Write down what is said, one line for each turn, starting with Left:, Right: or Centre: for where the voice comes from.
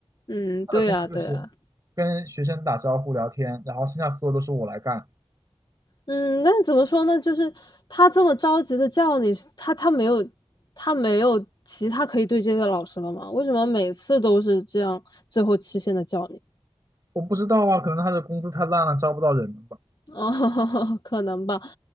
Left: 嗯，
Right: 他的工作就是
Left: 对呀、对呀、
Right: 跟学生打招呼聊天，然后剩下所有都是我来干。
Left: 嗯，但是怎么说呢？就是他这么着急的叫你，他他没有他没有其他可以对接的老师了吗？为什么每次都是这样，最后期限的叫你？
Right: 我不知道啊，可能他的工资太烂了，招不到人了吧？
Left: 哦，<laughs> 可能吧。